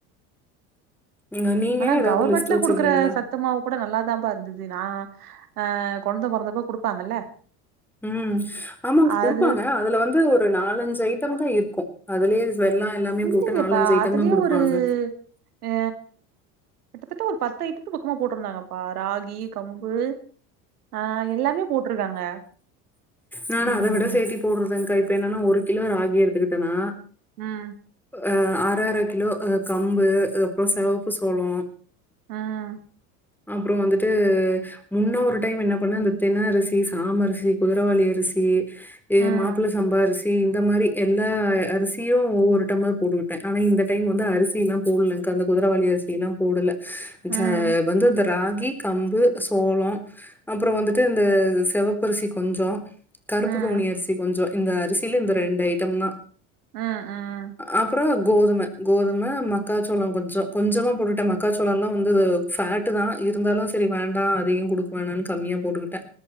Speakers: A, in the centre; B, on the right.
A: ம் நீங்க
B: ஆனா
A: ஏதாவது
B: கவுர்மெண்ட்ல
A: லிஸ்ட் வச்சிருக்கீங்களா?
B: குடுக்குற சத் துமாவு கூட நல்லாதாம்பா இருந்துது நா ஆ கொழந்த பொறந்தப்ப குடுப்பாங்கல்ல
A: உம் ஆமாங்க்
B: அது
A: குடுப்பாங்க அதுல வந்து ஒரு நாலஞ்சு ஐட்டம் தா இருக்கும் அதுலயே வெல்லோ எல்லாமே
B: இல்லைங்கப்பா
A: போட்டு நாலஞ்சு ஐட்டந்தா
B: அதுலயே
A: குடுப்பாங்க
B: ஒரு அ கிட்டத்தட்ட ஒரு பத்து ஐட்டத்துக்கு பக்கமா போட்ருந்தாங்கப்பா ராகி கம்பு ஆ எல்லாமே போட்ருக்காங்க
A: நானோ
B: ம்
A: அத விட சேத்தி போட்றதாங்க்கா இப்போ என்னன்னா ஒரு கிலோ ராகி எடுத்துக்கிட்டனா
B: ம்
A: அ அர அர கிலோ அ கம்பு அ அப்றோ செவப்பு சோளோ
B: ம்
A: அப்றோ வந்துட்டு முன்ன ஒரு டைம் என்னா பண்ண இந்த தென அரிசி சாம அரிசி குதிரவாலி அரிசி ஏ
B: ம்
A: மாப்ள சம்பா அரிசி இந்த மாறி எல்லா அ அரிசியு ஒவ்வொரு டைம்ளர் போட்டுக்குட்டே ஆனா இந்த டைம் வந்து அரிசி சில்லா போட்லங்க்கா அந்த குதிரவாலி அரிசில்லா போடல
B: ம்
A: ச்ச தோ இந்த ராகி கம்பு சோளோ அப்பறோ வந்துட்டு இந்த செவப்பரிசி கொஞ்சோ கருப்பு
B: ம்
A: கவுனி அரிசி கொஞ்சோ இந்த அரிசில இந்த ரெண்டு ஐட்டம் தா
B: ம் ம்
A: அப்றோ கோதும கோதும மக்காச்சோளோ கொஞ்சோ கொஞ்சமா போட்டுகிட்டே மக்காச்சோளோ எல்லா வந்து ஃபேட்டு தா இருந்தாலு சரி வேண்டா அதிகோ குடுக்க வேணான்னு கம்மியா போட்டுக்கிட்டே